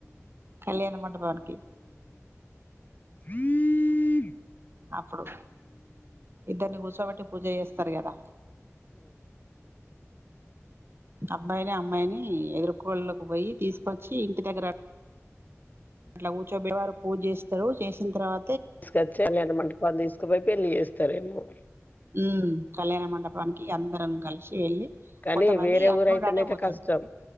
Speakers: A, on the right; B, on the left.
A: కళ్యాణం మండపానికి
B: హ
A: అప్పుడు ఇద్దరిని కూర్చోబట్టి పూజ చేస్తారు కదా అబ్బాయిని అమ్మాయిని ఎదురుకోకి పోయి తీసుకొచ్చి ఇంటి దగ్గర అట్లా కూర్చోబేవారు పూజ చేస్తారు చేసిన తర్వా
B: తీసుకొచ్చ లేన మంట పని తీసుకుపోయి పెళ్లిి చేస్తారేమో
A: ఉ కళ్యాణ మండపానికి అందరం కలిసి వెళ్ళి
B: కానీ
A: కొంతమంది
B: వేరే
A: అట్నుండి
B: ఊరైతేనయితే
A: అటే పోతారు
B: కష్టం